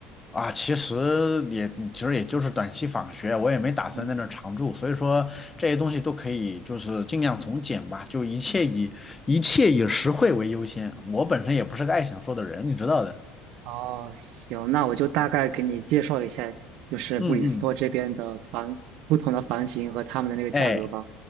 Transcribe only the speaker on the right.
嗯。
哦，行，那我就大概给你介绍一下，就是布里斯托这边的房，
不同的房型和他们的那个价格吧。